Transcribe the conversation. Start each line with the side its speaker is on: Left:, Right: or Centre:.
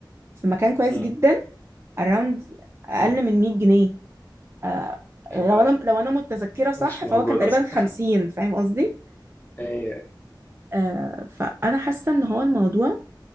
Right: في مكان كويس
Left: مم.
Right: جدا أراوند أقل
Left: مم.
Right: من 100 جنيه آه
Left: يعني
Right: لو
Left: هو
Right: أنا لو أنا متذكرة صح
Left: مش موجود
Right: فهو كان تقريبا
Left: أصلا
Right: 50 فاهم قصدي
Left: <laughs> هي
Right: آه، فانا حاسه ان هو الموضوع